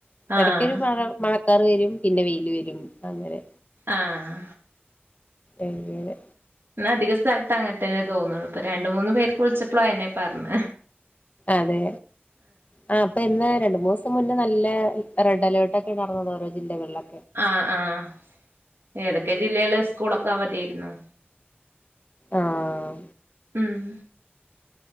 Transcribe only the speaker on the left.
എടക്കൊരു മഴ മഴ ക്കാർ വരും പിന്നെ വെയിൽ വരും അങ്ങനെ
അങ്ങനെ
അതെ ആ അപ്പഇന്ന് രണ്ട് മൂസം മുന്നേ നല്ല ല്ല റെഡ് അലേർട്ട് ഒക്കെ നടന്നത് ഓരോ ജില്ലകളിലും
ആഹ്